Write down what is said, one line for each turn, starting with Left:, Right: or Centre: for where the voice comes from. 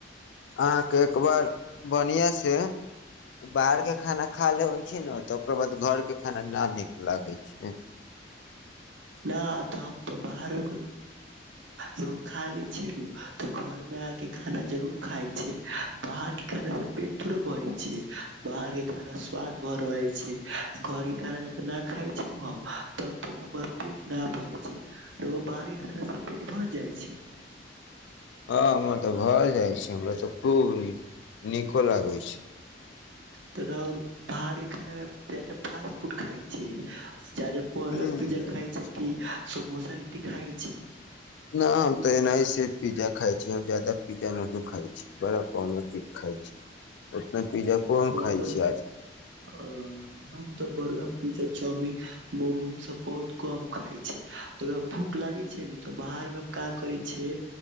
Left: अहाँके एक बार बढ़िआँसँ बाहरके खाना खा लेबै छै ने तऽ ओकर बाद घरके खाना न नीक लागै छै
Right: न तऽ हम तऽ बाहरो द खा ले छिय तऽ घर मे आके ना ना खाना जरूर खााय छै बाहर के खाना से पेट थोड़े भरै छै बाहर के खाना स्वाद भर रहे छै घर के खाना जब न खााय छै न हम तब त हमर पेट न भरै छै आ ओ बाहरी खाना से पेट भर जाइ छै
Left: हँ हममे तऽ घर जाइ छी हमरा तऽ खूब नीक नीको लागै छै
Right: तो राउर बाहरके खाना मे ज्यादा फास्ट फूड खाइ छै चल परे
Left: न
Right: पिज्जा खाय छय कि समोसा लिटी खाइ छै
Left: हम तऽ एनाहिसे पिज्जा खाइ छी हम ज्यादा पिज्जा न खाइ छी ब क खाइ छी उतना पिज्जा कोन
Right: बर्गर
Left: खाइ छी
Right: हम
Left: आज
Right: तऽ हम त बर्गर पिज्जा चाउमिन मोम उम सब बहुत कम खााय छै अगर भूख लागे छै न तऽ बाहर मे हम क करे छै